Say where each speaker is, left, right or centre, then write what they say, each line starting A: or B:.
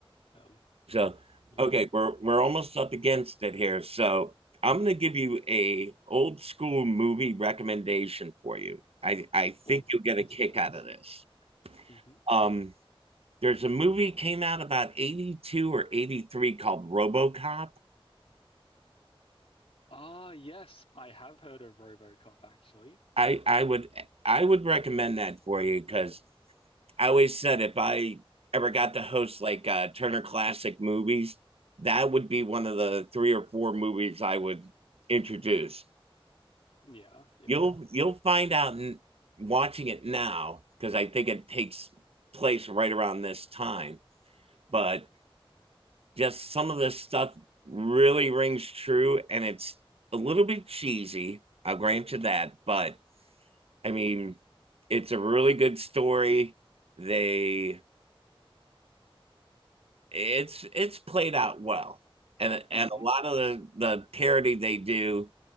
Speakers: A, on the left (about 75°); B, on the right (about 80°).
A: um,
B: so
A: yeah.
B: okay, we're we're almost up against it here, so I'm gonna give you a old school movie recommendation for you. I I think
A: Oh,
B: you'll get
A: yes,
B: a kick
A: please.
B: out of this.
A: hmm
B: Um, there's a movie came out about 82 or 83 called RoboCop.
A: Ah, yes, I have heard of RoboCop actually.
B: I I would I would recommend that for you because I always said if I ever got to host like uh, Turner Classic Movies, that would be one of the three or four movies I would introduce.
A: Yeah, yeah.
B: You'll you'll find out in, watching it now because I think it takes place right around this time. But just some of this stuff really rings true, and it's a little bit cheesy. I'll grant you that, but I mean, it's a really good story. They it's it's played out well, and
A: Mm.
B: and a lot of the the parody they do